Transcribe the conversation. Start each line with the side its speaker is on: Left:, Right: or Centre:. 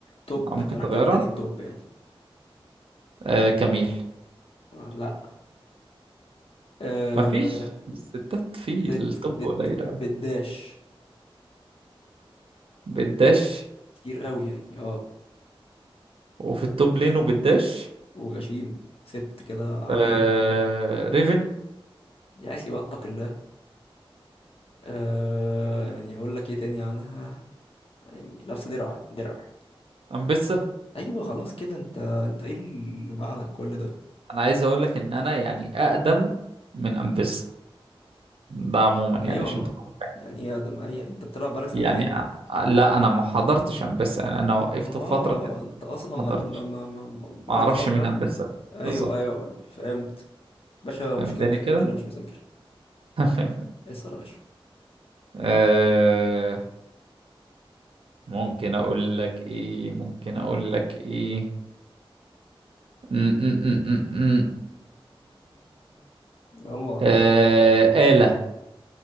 Left: توب
Right: أو ممكن
Left: نرجعك
Right: تغيرها
Left: تاني التوب يعني
Right: آه كميل
Left: لا أه
Right: مفيش الستات في
Left: بت
Right: التوب
Left: بت
Right: قليل
Left: بتداش
Right: أوي بتداش
Left: كتير قوي يعني اه
Right: وفي التوب لين وبالداش
Left: وغشيمه ست كده عافيه
Right: آه... ريفن
Left: يا اخي بقى اتق الله أه يعني اقول لك ايه تاني عنها يعني لابسه درع درع
Right: امبيسا
Left: ايوه خلاص كده انت انت ايه اللي بعدك كل ده
Right: انا عايز اقول لك ان انا يعني اقدم من امبيسا ده عموما يعني
Left: ايوه
Right: عشان
Left: ما
Right: تكون فاهم.
Left: يعني ايه يا ده ما هي انت بتلعب بقالك سنتين
Right: يعني أ- لا انا ما حضرتش امبيسا يعني انا وقفت
Left: اه
Right: في فتره كده
Left: انت اصلا ما
Right: ما حضرتش
Left: ما ما ما- ما- بقالك
Right: ما اعرفش
Left: فتره
Right: مين
Left: يعني
Right: امبيسا دي
Left: ايوه
Right: بالظبط
Left: ايوه فهمت باشا
Right: فهمتني
Left: مشكلتك
Right: كده
Left: انت اللي مش
Right: <laughs>
Left: مذاكر
Right: تمام
Left: اسال يا باشا
Right: آه... ممكن اقول لك ايه ممكن اقول لك ايه <laughs>
Left: يلا
Right: آه...
Left: انا
Right: آلة